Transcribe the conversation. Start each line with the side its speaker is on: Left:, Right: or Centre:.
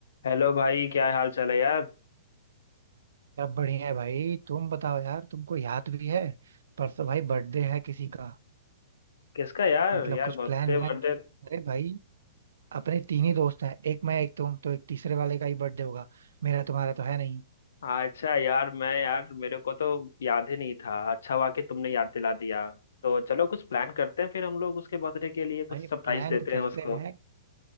Left: Hello भाई क्या हाल चाल है यार
Right: सब बढ़िया है भाई तुम बताओ यार तुमको याद भी है परसों भाई बर्थडे है किसी का
Left: किसका यार
Right: मतलब
Left: यार
Right: कुछ
Left: बर्थडे
Right: प्लान व्लान
Left: बर्थडे
Right: किया अरे भाई अपने तीन ही दोस्त हैं एक मैं एक तुम तो एक तीसरे वाले का ही बर्थडे होगा मेरा तुम्हारा तो है नहीं
Left: अच्छा यार मैं यार मेरे को तो याद ही नहीं था अच्छा हुआ कि तुमने याद दिला दिया तो चलो कुछ प्लान करते हैं फिर हम लोग उसके बर्थडे के लिए कुछ
Right: भाई
Left: सरप्राइज
Right: प्लान
Left: देते हैं
Right: करते
Left: उसको
Right: हैं